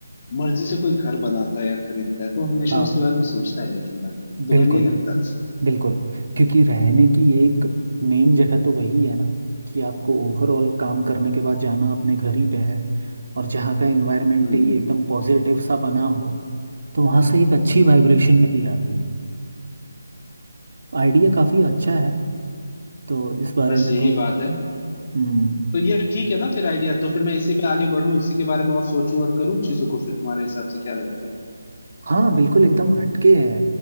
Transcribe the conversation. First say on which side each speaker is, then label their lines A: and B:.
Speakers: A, on the left; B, on the right.
A: मर्जी से कोई घर बनाता है या खरीदता है तो वो हमेशा
B: हाँ
A: उसके बारे में सोचता है लेकिन भाई तुम्हें
B: बिल्कुल
A: नहीं लगता
B: बिल्कुल क्योंकि रहने की एक मेन जगह तो वही है ना कि आपको ओवरऑल काम करने के बाद जाना अपने घर ही पे है और जहाँ का एनवायरनमेंट
A: हम्म
B: ही एकदम पॉजिटिव सा बना हो तो वहाँ से एक अच्छी वाइब्रेशन भी आती है आइडिया काफ़ी अच्छा है तो इस बारे
A: बस
B: में
A: यही
B: तुम
A: बात है
B: हम्म
A: तो ये ठीक है ना फिर आइडिया तो फिर मैं इसी पे आगे बढ़ूं इसी के बारे में और सोचूं और करूं चीजों को फिर तुम्हारे हिसाब से क्या लगता है
B: हाँ बिल्कुल एकदम हटके है